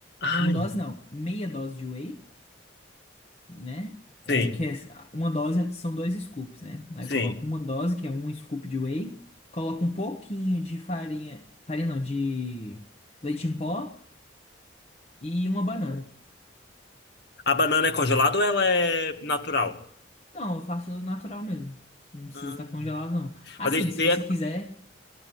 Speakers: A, on the left (about 55°); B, on the left (about 35°).
A: Ai,
B: Uma dose não, meia dose de whey. né? É,
A: sim,
B: porque é- uma dose é- são dois scoops, né? Aí
A: sim.
B: eu coloco uma dose, que é um scoop de whey, coloco um pouquinho de farinha, farinha não, de leite em pó e uma banana.
A: A banana é congelada ou ela é natural?
B: Não, eu faço natural mesmo. Não precisa
A: Ah.
B: estar congelado, não. Assim,
A: Mas isso,
B: se
A: daí
B: você
A: é-
B: quiser.